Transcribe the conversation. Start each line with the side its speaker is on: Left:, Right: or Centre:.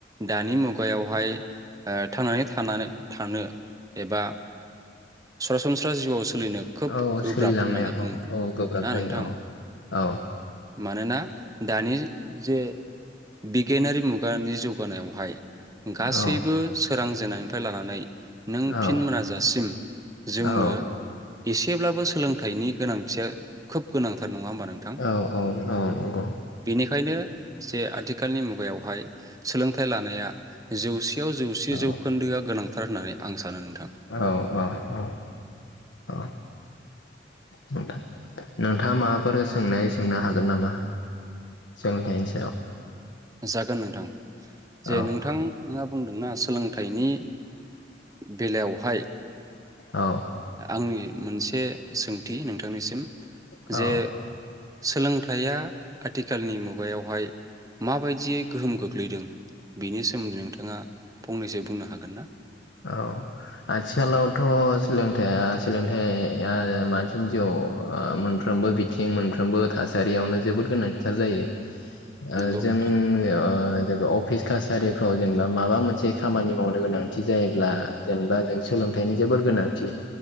Right: दानि मुगायावहाय ओ थांनानै थानानै थानो एबा सरासनस्रा स्रा जिउआव सोलिनो खोब
Left: औ
Right: गोब्राब
Left: सोलिलांनाया
Right: होननानै बुंगोन
Left: औ औ गोब्राब
Right: ना
Left: जायो
Right: नोंथां?
Left: औ
Right: मानोना दानि जे बिगियानारि मुगानि जौगानायावहाय गासैबो
Left: औ
Right: सो सोरां जेननायनिफ्राय लानानै नों
Left: औ
Right: फिन मोनाजासिम जोंनो
Left: औ
Right: एसेब्लाबो सोलोंथाइनि गोनांथिया खोब गोनांथार नङा होमबा नोंथां
Left: औ औ औ औ
Right: बेनिखायनो जे आथिखालनि मुगायावहाय सोलोंथाइ लानाया जौसेयाव जौसे
Left: औ
Right: जौखोन्दोआ गोनां थार होननानै आं सानो नोंथां
Left: औ औ औ औ नोंथां नोंथाङा माबाफोर सोंनाय सोंनो हागोन नामा सोलोंथाइनि सायाव
Right: जागोन नोंथां जे
Left: औ
Right: नोंथां ओम बुंदोंना सोलोंथाइनि बेलायावहाय
Left: औ
Right: आंनि मोनसे सोंथि नोंथांनिसिम
Left: औ
Right: जे सोलोंथाइया आथिखालनि मुगायावहाय माबायदियै गोहोम गोग्लैदों बिनि सोमोन्दै नोंथाङा फंनैसो बुंनो हागोन ना?
Left: औ आथिखालावथ सोलोंथाइया सोलोंथाइया मानसिनि जिउआव मोनफ्रोमबो बिथिं मोनफ्रोमबो थासारियावनो जोबोद गोनांथिथार जायो ओ
Right: नोंगौ
Left: जों
Right: नोंथां
Left: ओ जेनेबा अफिस कासारिफ्राव जेनेबा माबा मोनसे खामानि मावनो गोनां थि जायोब्ला जेनेबा जों सोलोंथाइनि जोबोर गोनांथि